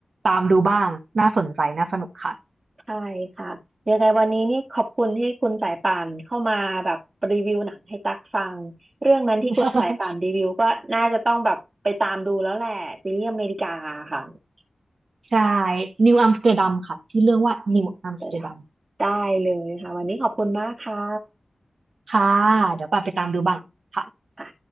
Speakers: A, on the right; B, on the right.
A: ตามดูบ้างน่าสนใจน่าสนุกค่ะ
B: ใช่ค่ะยังไงวันนี้นี่ขอบคุณที่คุณสายป่านเข้ามาแบบรีวิวหนังให้ตักฟังเรื่องนั้นที่คุณสายป่านรีวิวก็น่าจะต้องแบบไปตามดูแล้วแหละซีรีส์อเมริกาค่ะ
A: <laughs> ใช่นิวอัมสเตอร์ดัมค่ะชื่อเรื่องว่านิวอัมสเตอร์ดัม
B: เดี๋ยดังได้เลยค่ะวันนี้ขอบคุณมากค่ะ
A: ค่ะเดี๋ยวปั่นไปตามดูบ้างค่ะ
B: ค่ะ